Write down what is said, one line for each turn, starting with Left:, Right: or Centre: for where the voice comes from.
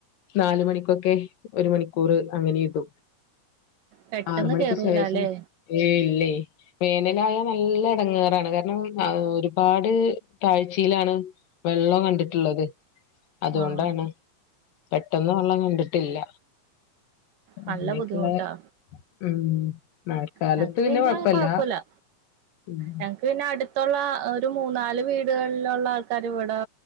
Left: നാല് മണിക്ക് ഒക്കെ ഒരു മണിക്കൂർ അങ്ങനെ ഇടൂ
Right: പെട്ടെന്ന്
Left: ആറ് മണിക്ക്
Right: കേറൂല
Left: ശേഷം
Right: അല്ലേ
Left: ഏയ് ഇല്ലേ ഞാൻ <unintelligible> നല്ല ഇടങ്ങേറ് ആണ് കാരണം ഒരുപാട് താഴ്ചയിൽ ആണ് വെള്ളം കണ്ടിട്ടുള്ളത് അതുകൊണ്ടാണ്
Right: ആഹ്
Left: പെട്ടെന്ന് വെള്ളം കണ്ടിട്ടില്ല അങ്ങനെയൊക്കെയുള്ള
Right: നല്ല ബുദ്ധിമുട്ടാ
Left: ഉം മഴക്കാലത്ത്
Right: ഞങ്ങക്ക് പിന്നെ
Left: കൊഴപ്പല്ല
Right: കൊഴപ്പില്ലാ
Left: ഉം
Right: ഞങ്ങക്ക് പിന്നെ അടു ത്തുള്ള ഒരു മൂന്നാല് വീടുകളിലുള്ള ആൾക്കാര് ഇവിടെ